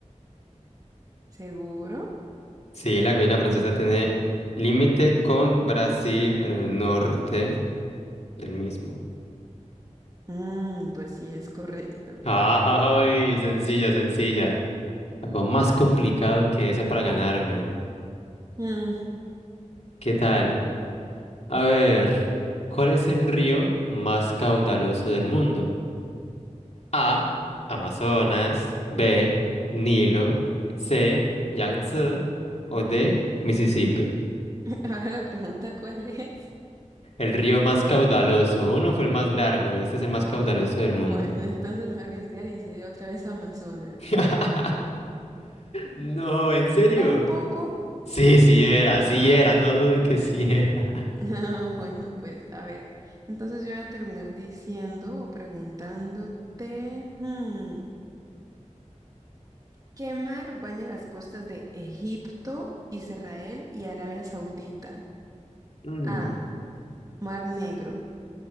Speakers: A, on the right (about 30°); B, on the left (about 60°).
A: ¿Seguro?
B: Sí, la Guyana francesa tiene límite con Brasil en el norte del mismo.
A: Mm, pues sí, es correcto.
B: ¡Ay! Sencilla, sencilla. Algo más complicado que eso para ganarme.
A: Mm,
B: ¿Qué tal? A ver, ¿cuál es el río más caudaloso del mundo? A. Amazonas. B. Nilo. C. Yangtze. O D. Mississippi.
A: <laughs> ahora la pregunta, ¿cuál es?
B: El río más caudaloso. Uno fue el más largo. Este es el más caudaloso del mundo.
A: Bueno, entonces me voy a arriesgar y decir otra vez Amazonas.
B: <laughs> No, ¿en serio?
A: ¿Tampoco?
B: Sí, sí era,
A: Ah,
B: sí era. No dude que sí era.
A: <laughs> ah, bueno, pues a ver. Entonces yo voy a terminar diciendo o preguntándote, hmm, ¿qué mar baña las costas de Egipto, Israel y Arabia Saudita?
B: Mm,
A: A. Mar Negro.